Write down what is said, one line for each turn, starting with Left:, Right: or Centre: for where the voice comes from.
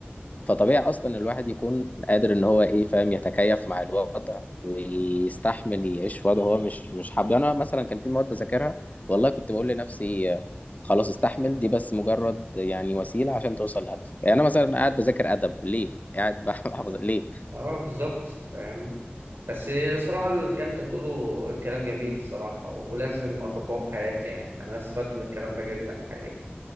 Left: فطبيعي اصلا الواحد يكون قادر ان هو ايه فاهم يتكيف مع الوضع ويستحمل يعيش في وضع هو مش مش حابه يعني انا مثلا كان في مواد بذاكرها والله كنت بقول لنفسي آه، خلاص استحمل دي بس مجرد يعني وسيلة عشان توصل لهدفك يعني انا مثلا قاعد بذاكر ادب ليه قاعد <laughs> بحفظ ليه
Right: أه بالظبط فاهم بس صراحة الكلام أنت بتقوله الكلام جميل الصراحة ولازم أطبقه في حياتي يعني أنا استفدت من الكلام ده جدا الحقيقة